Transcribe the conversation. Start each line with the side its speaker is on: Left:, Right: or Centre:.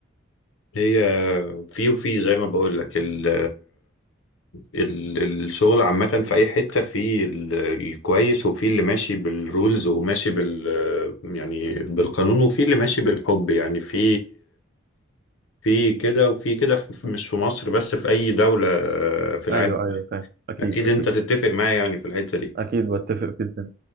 Left: هي في وفي زي ما بقول لك ال ال- الشغل عامة في أي حتة في ال- الكويس وفي اللي ماشي بالرولز وماشي بال يعني بالقانون وفي اللي ماشي بالحب يعني في في كده وفي كده في- مش في مصر بس في أي دولة في العالم
Right: ايوه ايوه فاهم اكيد
Left: أكيد
Right: اكيد
Left: أنت تتفق معايا يعني في الحتة دي
Right: اكيد بتفق جدا